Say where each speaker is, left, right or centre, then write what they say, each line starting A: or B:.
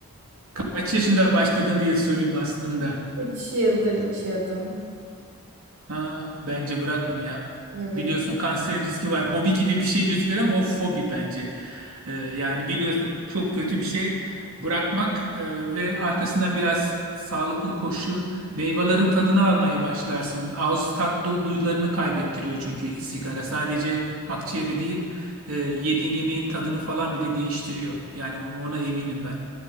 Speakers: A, on the right; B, on the right.
A: Kaç yaşında başladın diye sorayım aslında.
B: 3 yıldır içiyordum.
A: Ha, bence bırak onu ya.
B: Evet.
A: Biliyorsun kanser riski var. Hobi gibi bir şey gözüküyor ama o fobi bence. Ee, yani biliyorsun çok kötü bir şey. Bırakmak e, ve arkasından biraz sağlıklı koşu, meyvelerin tadını almaya başlarsın. Ağız tat du- duyularını kaybettiriyor çünkü sigara. Sadece akciğeri değil, e, yediğin yemeğin tadını falan bile değiştiriyor. Yani ona eminim ben.